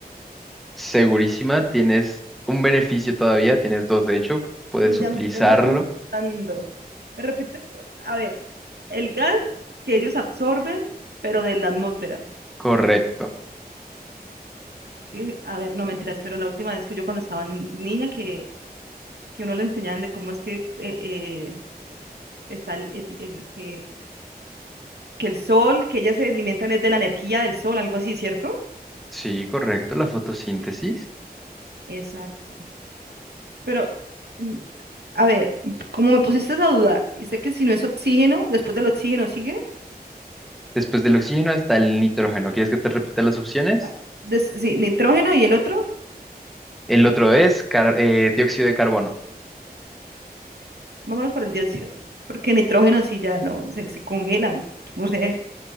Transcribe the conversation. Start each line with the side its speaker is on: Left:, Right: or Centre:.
Centre: Segurísima, tienes un beneficio todavía, tienes dos de hecho, puedes
Right: Ya,
Centre: utilizarlo.
Right: me- ya me estás dando. Me repito, a ver, el gas que ellos absorben, pero de la atmósfera.
Centre: Correcto.
Right: que- A ver, no mentiras, pero la última vez que yo cuando estaba niña que, que uno le enseñaban de cómo es que eh, eh, está el, el- el que, que el sol, que ellas se alimentan es de la energía del sol, algo así, ¿cierto?
Centre: Sí, correcto, la fotosíntesis.
Right: Exacto. Pero, mm, a ver, como me pusiste a dudar, y sé que si no es oxígeno, después del oxígeno sigue
Centre: Después del oxígeno está el nitrógeno. ¿Quieres que te repita las opciones?
Right: ah, des- sí, nitrógeno y el otro,
Centre: El otro es car- eh, dióxido de carbono.
Right: vámonos por el dióxido, porque nitrógeno sí ya no, se, se congelan, no sé,